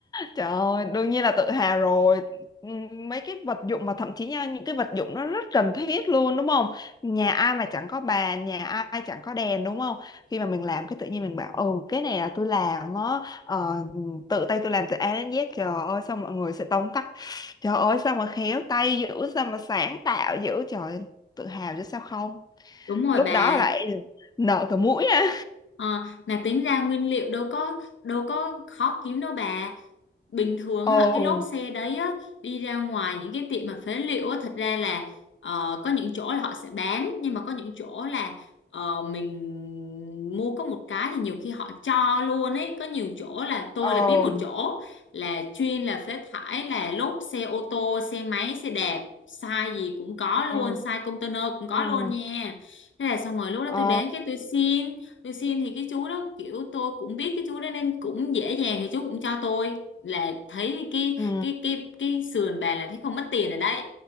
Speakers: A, on the left (about 20°); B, on the left (about 70°).
A: Trời ơi, đương nhiên là tự hào rồi. Ừm, Mấy cái vật dụng mà thậm chí nha, những cái vật dụng nó rất cần thiết luôn đúng không? Nhà ai mà chẳng có bàn, nhà ai chẳng có đèn đúng không? Khi mà mình làm cái tự nhiên mình bảo ừ cái này là tôi làm á, ờ, tự tay tôi làm từ A đến Z. Trời ơi sao mọi người sẽ tóm tắt. Trời ơi sao mà khéo tay dữ, sao mà sáng tạo dữ. Trời ơi, tự hào chứ sao không?
B: đúng rồi
A: Lúc
B: bà
A: đó lại nở cả mũi á.
B: Ờ, mà tính ra nguyên liệu đâu có đâu có khó kiếm đâu bà bình thường
A: Ồ,
B: á, cái lốp xe đấy á, đi ra ngoài những cái tiệm mà phế liệu á, thật ra là ờ, có những chỗ là họ sẽ bán nhưng mà có những chỗ là ờ, mình mua có một cái thì nhiều khi họ cho luôn ấy có nhiều chỗ là tôi
A: ồ,
B: là biết một chỗ là chuyên là phế thải là lốp xe ô tô xe máy xe đạp size gì cũng có
A: ừ,
B: luôn size container cũng có
A: ừ,
B: luôn nha thế là xong rồi lúc đó
A: ờ,
B: tôi đến cái tôi xin tôi xin thì cái chú đó kiểu tôi cũng biết cái chú đó nên cũng dễ dàng thì chú cũng cho tôi là thấy cái
A: ừ.
B: cái cái cái sườn bà là thấy không mất tiền rồi đấy